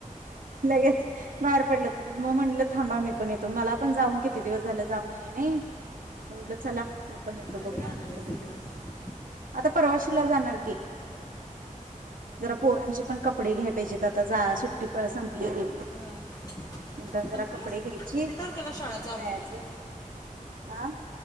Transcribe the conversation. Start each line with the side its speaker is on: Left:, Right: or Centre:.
Right: लगेच बाहेर पडलं मग म्हटलं थांबा मी पण येतो मला पण जाऊन किती दिवस झाल जाऊन याय नाही म म्हणल चला मी पण येतो
Left: कधी
Right: बघूया
Left: जाणार
Right: म्हटलं
Left: आहेस
Right: भेटून
Left: तिकडं मग
Right: आता परवाशीला जाणार की जरा पोरांचे पण कपडे घ्याय पाहिजे आता जा सुट्टी प संपली की
Left: होय.
Right: नंतर जरा
Left: संपली
Right: कपडे घ्यायचे
Left: किती
Right: आणि
Left: तारखेला शाळा चालू
Right: मग जायचं
Left: आहे
Right: हा